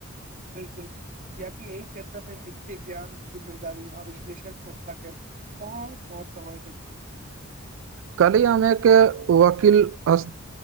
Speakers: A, on the right; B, on the right.
A: बिल्कुल कियाकि एहि क्षेत्र मे वित्त ज्ञान जिम्मेदारी आ विश्लेषण क्षमता केर बहुत महत्त्व होइत अछि।
B: कल्हि हम एक वकील स्त